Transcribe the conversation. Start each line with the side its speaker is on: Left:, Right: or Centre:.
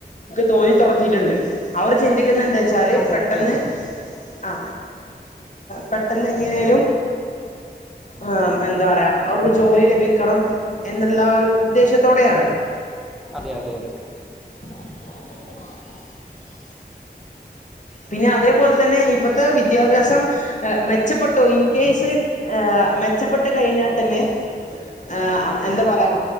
Left: തോന്നി തുത്തിട്ടുണ്ട് അവര് ചിന്തിക്കുന്ന എന്താ വെച്ചാല്
Centre: കടൽക്കണി
Left: പെട്ടെന്ന്
Centre: വരും
Left: ആ പെട്ടെന്ന് എങ്ങനെലും ആ എന്താ പറയാ അവർക്ക് ജോലി ലഭിക്ക ക്കണം എന്നുള്ള ഒരു ഉദ്ദേശത്തോടെയാണ്
Centre: അതെ അതെ അതെ
Left: <unintelligible> പിന്നെ അതേപോലെ തന്നെ ഇപ്പത്തെ വിദ്യാഭ്യാസം മെച്ചപ്പെട്ടോ ഇൻ കേസ് മെച്ചപ്പെട്ടു കഴിഞ്ഞാൽ തന്നെ ആ എന്താ പറയാ